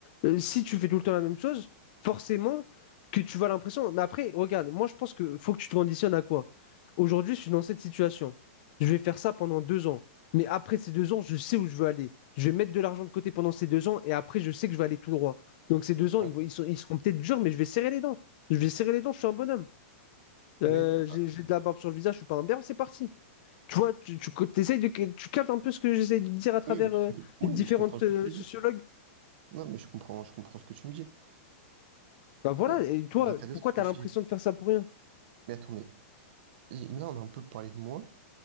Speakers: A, on the left; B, on the right.
A: euh, si tu fais tout le temps la même chose, forcément que tu vas l'impression. Mais après, regarde, moi je pense que faut que tu te conditionnes à quoi? Aujourd'hui, je suis dans cette situation. Je vais faire ça pendant deux ans. Mais après ces deux ans, je sais où je veux aller. Je vais mettre de l'argent de côté pendant ces deux ans et après, je sais que je vais aller tout droit. Donc ces deux ans,
B: ouais.
A: ils, vont- ils sont- ils seront peut-être durs, mais je vais serrer les dents. Je vais serrer les dents, je suis un bonhomme. Euh,
B: Mais, bah,
A: j'ai j'ai de la barbe sur le visage, je suis pas un berbe, c'est parti. Tu vois, tu, tu, t'essayes de, tu captes un peu ce que j'essaie de dire à travers
B: oui, oui,
A: euh,
B: je, com-
A: les
B: oui,
A: différentes
B: mais je comprends ce
A: euh,
B: que tu
A: sociologues.
B: dis. Non, mais je comprends, je comprends ce que tu me dis.
A: Bah voilà,
B: Bah,
A: et toi,
B: c'est intéressant
A: pourquoi tu
B: ce
A: as
B: que
A: l'impression
B: tu dis.
A: de faire ça pour rien?
B: Mais attends, mais Et Là, on a un peu parlé de moi,